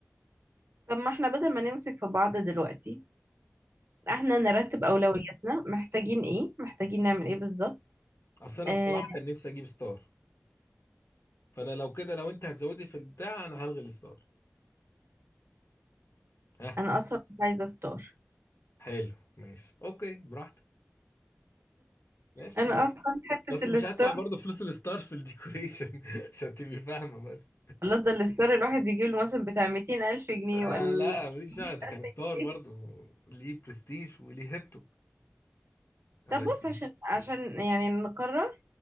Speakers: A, on the right; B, on the left.
A: طب ما احنا بدل ما نمسك في بعض دلوقتي احنا نرتب اولوياتنا محتاجين ايه محتاجين نعمل ايه بالظبط
B: اصل انا
A: آه
B: بصراحه كان نفسي اجيب ستار فانا لو كده لو انت هتزودي في البتاع انا هلغي الستار ها
A: انا اصلا مش عايزة ستار
B: حلو ماشي اوكي براحتك ماشي
A: انا
B: بس
A: اصلا حتة
B: بس
A: الستار
B: مش هدفع برضه فلوس الستار في الديكوريشن <laughs> عشان تبقي فاهمه بس
A: الله ده الستار الواحد يجيب له مثلا بتاع 200 الف جنيه
B: آه
A: ولا
B: لا ماليش دعوه
A: 100000
B: ده كان ستار
A: جنيه
B: برضو ليه برستيج وليه هيبته لكن
A: طب بص عشان عشان يعني نقرر